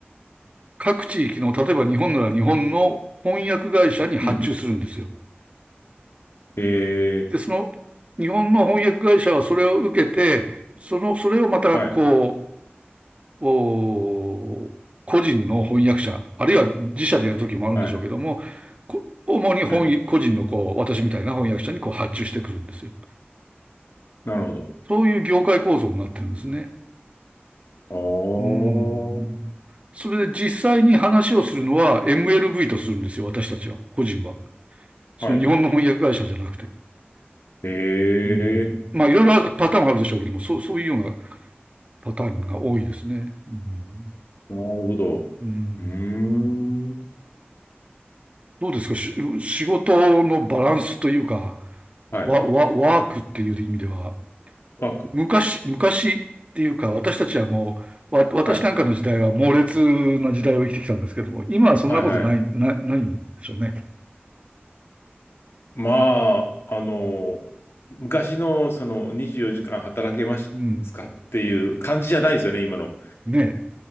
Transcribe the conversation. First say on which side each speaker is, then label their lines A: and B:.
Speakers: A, on the right; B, on the left.
A: 各地域の、例えば日本なら日本の翻訳会社に発注するんですよ。
B: うん。え
A: で、
B: え。
A: その、日本の翻訳会社はそれを受けて、その、それをまた、
B: はい。
A: こう、お個人の翻訳者、あるいは自社でやるときもあるんでしょうけども、
B: はい。
A: 主に本、
B: はい
A: 個人のこう、私みたいな翻訳者にこう発注してくるんですよ。
B: なるほど。
A: そういう業界構造になってるんですね。
B: おー。
A: うん。それで実際に話をするのは MLV とするんですよ、私たちは、個人は。その日本の翻訳会社じゃなくて。
B: はい。え
A: うん。
B: え。
A: まあ、いろいろパターンはあるでしょうけども、そう、そういうようなパターンが多いですね。うん。
B: なるほど。
A: うん。
B: うーん。
A: どうですか、し仕事のバランスというか、
B: はい。
A: ワ、ワ、ワークっていう意味では、
B: ワーク。
A: 昔、昔っていうか、私たちはもう、わ、私なんかの時代は猛烈な時代を生きてきたんですけども、
B: はい。
A: 今はそんなことない、
B: はいはい。
A: な、ないんでしょうね。
B: まあ、あの、昔のその24時間働けますかっていう感じじゃないですよね、
A: うん。
B: 今の。
A: ね